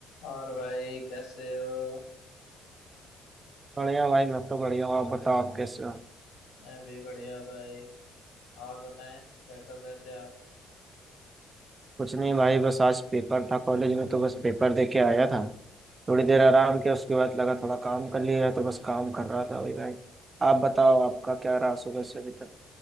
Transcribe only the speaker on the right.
बढ़िया भाई मैं तो बढ़िया हूँ आप बताओ आप कैसे हो
कुछ नहीं भाई बस आज पेपर था कॉलेज में तो बस पेपर दे के आया था थोड़ी देर आराम किया उसके बाद लगा थोड़ा काम कर लिया जाए तो बस काम कर रहा था भाई भाई आप बताओ आपका क्या रहा सुबह से अभी तक